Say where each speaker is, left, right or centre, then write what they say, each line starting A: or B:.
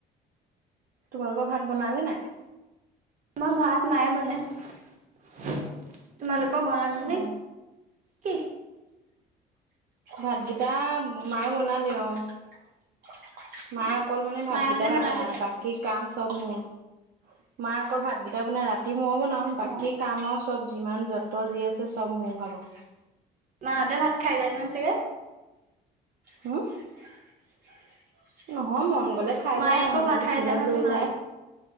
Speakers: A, on the right; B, on the right.
A: তোমালোকৰ ভাত বনালে নাই? <unintelligible>
B: আমাৰ ভাত মায়ে বনাই। তোমালোকৰ বনালে
A: অ
B: নে? <inaudible> কি?
A: ভাতকেইটা মায়ে বনালে অঁ। <inaudible> মায়ে
B: অ',
A: অকল মানে ভাতকেইটাহে
B: মায়ে বনাই
A: বনায়
B: থৈ যায়।
A: বাকী কাম চব মোৰ। <inaudible> মা অকল ভাতকেইটা বনাই ৰাতি মই বনাও বাকী
B: অ',
A: কামৰ <inaudible> চব যিমান যত যি আছে চব মোৰ ভাগৰ। <unintelligible>
B: মাহঁতে ভাত খাই যায় নহয় চাগে? <inaudible>
A: হম <unintelligible> নহয়
B: উম।
A: মন গলে খাই
B: মায়ে
A: যায়
B: আকৌ
A: নহলে
B: ভাত
A: টিফিনত
B: খাই নহয়
A: লৈ
B: চাগে মাহঁতে?
A: যায়।